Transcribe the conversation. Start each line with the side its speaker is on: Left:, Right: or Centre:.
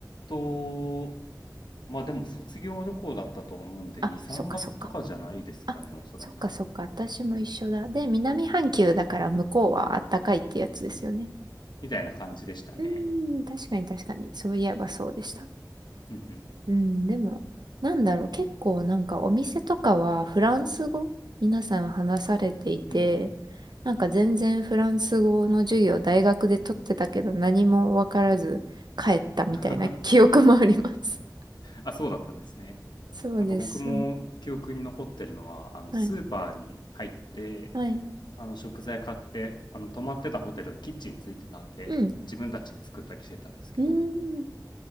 Left: と、まあでも卒業旅行だったと思うんで、
Right: あ、
Left: 2、3月とかじゃないですかね、
Right: そっかそっか。あ、
Left: おそらく。
Right: そっかそっか。私も一緒だ。で、南半球だから向こうはあったかいってやつですよね。
Left: みたいな感じでしたね。
Right: うーん、確かに確かに。そういえばそうでした。
Left: うんうん。
Right: うん、でも、なんだろう、結構なんかお店とかはフランス語皆さん話されていて、
Left: うんうん。
Right: なんか全然フランス語の授業大学で取ってたけど何もわからず帰ったみたいな記憶もあります。
Left: <laughs> あ、そうだったんですね。
Right: <laughs> そうです。
Left: なんか僕も記憶に残ってるのは、あの、
Right: はい。
Left: スーパーに入って、
Right: はい。
Left: あの、食材買って、あの、泊まってたホテルがキッチンついてたんで、
Right: うん。
Left: 自分たちで作ったりしてたんですけど、
Right: うーん。